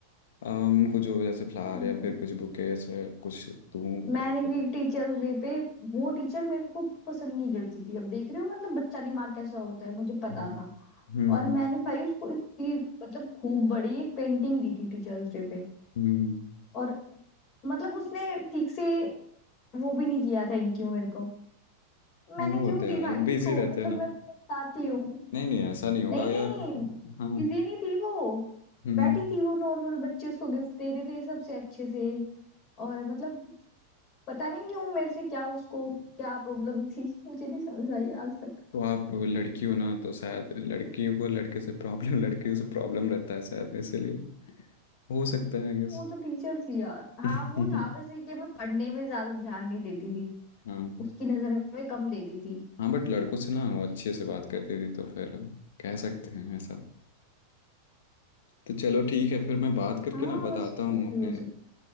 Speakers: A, on the left (about 55°); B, on the left (about 35°).
A: अम, उनको जो जैसे फ्लावर
B: <laughs>
A: या फिर कुछ बुके ऐसे कुछ दूँ
B: मैंने
A: पैसे पैसे।
B: भी टीचर्स डे पे वो टीचर मेरे को पसंद नहीं करती थी अब देख रहे हो मतलब बच्चा दिमाग कैसा होता है मुझे पता
A: हम्म
B: था
A: हम्म
B: और मैंने भाई उसको इतनी मतलब खूब बड़ी एक पेंटिंग दी थी टीचर्स डे पे
A: हम्म।
B: और मतलब उसने ठीक से वो भी नहीं किया थैंक यू मेरे को
A: हाँ,
B: मैंने
A: वो
B: क्यों
A: होते
B: दी
A: हैं
B: भाई
A: यार
B: उसको
A: बिजी रहते
B: मतलब
A: हैं ना
B: मैं पछताती हूँ
A: नहीं नहीं ऐसा नहीं होगा
B: नहीं नहीं
A: यार
B: बिजी
A: हाँ
B: नहीं थी वो
A: हम्म
B: बैठी थी वो नॉर्मल बच्चे उसको गिफ्ट दे रहे थे सबसे अच्छे से और मतलब पता नहीं क्यों मेरे से क्या उसको क्या प्रॉब्लम थी मुझे नहीं समझ आई आज तक
A: तो आप लड़की हो ना तो शायद लड़कियों को लड़के से प्रॉब्लम <laughs> लड़कियों से प्रॉब्लम रहता है शायद इसीलिए हो सकता है आई गेस
B: वो तो टीचर थी यार हाँ
A: <laughs>
B: वो था बस ये कि मैं पढ़ने में ज्यादा ध्यान नहीं देती थी
A: हाँ
B: उसकी नजर में कम देती थी
A: हाँ बट लड़कों से ना वो अच्छे से बात करती थी तो फिर कह सकते हैं ऐसा तो चलो ठीक है फिर मैं बात करके
B: हाँ
A: ना बताता
B: बस
A: हूँ
B: कुछ भी
A: अपने
B: हो सकता